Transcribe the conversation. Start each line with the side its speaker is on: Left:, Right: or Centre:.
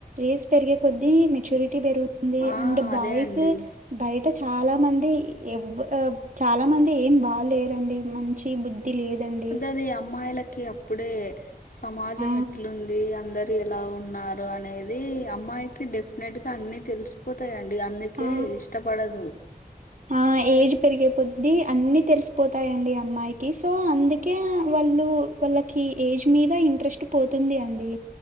Right: ఏజ్ పెరిగే కొద్ద్దీ మెచ్యూరిటీ పెరుగుతుంది
Left: ఆ
Right: అండ్
Left: అదే
Right: బాయ్స్
Left: అండి
Right: బయట చాలా మంది ఎ చాలా మంది ఏం బాగులేరండి మంచి బుద్ధి లేదండి
Left: దే అమ్మాయిలకిప్పు ఇప్పుడే సమాజం
Right: ఆ
Left: ఎట్లుంది అందరు ఎలా ఉన్నారు అనేది అమ్మాయికి డెఫ నేట్టుగా అన్ని తెలిసిపోతాయిండి అందుకే
Right: ఆ
Left: ఇష్టపడదు
Right: ఆ ఏజ్ పెరిగిపోది అన్నీ తెలిసిపోతాయండి అమ్మాయికి సో అందుకే వాళ్ళు వాళ్ళకి ఏజ్ మీద ఇంట్రెస్ట్ పోతుంది అండి